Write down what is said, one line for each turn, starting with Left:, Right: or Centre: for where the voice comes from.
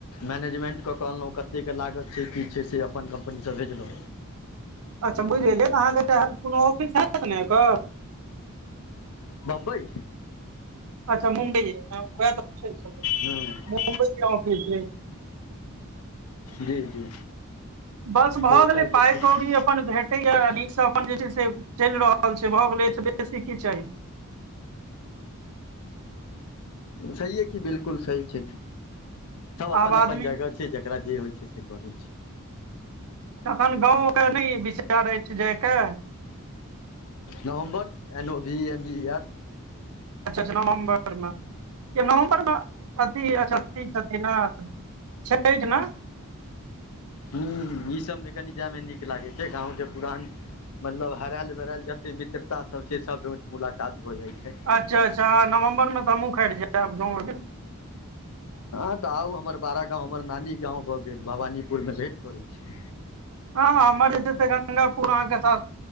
Left: मैनेजमेंट क क अनलौ कते के लागत छै की छै से अपन कम्पनीसँ भेजलौं
Right: अच्छा बुझि गेलियै अहाँके कोनो ऑफिस हयत ने एकर
Left: बम्बइ
Right: अच्छा मुंम्बइ य वएह तऽ पुछै छलौं
Left: हूँ
Right: मुंबइ के ऑफिस
Left: जी जी
Right: बस
Left: एगो
Right: भ गेलै
Left: चाय
Right: पाइ
Left: पत्ती
Right: कैरी अ अपन भेटैया नीकसँ अपन जे छै से चलि रहल छै भऽ गेलै ऐसे बेसी की चाही
Left: छै हे की बिल्कुल सही छै सब अपन
Right: आब आदमी
Left: अपन जगह छै जकरा जे होइ छै से करै छै
Right: तखन गाँव ओकरा नै विचार अछि जायके
Left: नवम्बर एन ओ भी E M B E R
Right: अच्छा अच्छा नवम्बर मे नवम्बर मे अथि अच्छा फ्रि छथिन ने छैठ मे
Left: हु ई सब में कनि जाय में नीक लागै छै गाँव केँ पुरान मतलब हराल बेराल जते मित्रता सब छै सब भेट मुलाकात भऽ जाय छै
Right: अच्छा अच्छा हऽ नवम्बर में तऽ हमहुँ खैर जैब गाँव ऐबेर
Left: हँ तऽ आउ हमर बड़ा गाँव हमर नानी गाँव भऽ गेल भवानीपुर में भेट करै छी
Right: हऽ हऽ हमर जे छै गंगाापुर अहाँ कऽ सासु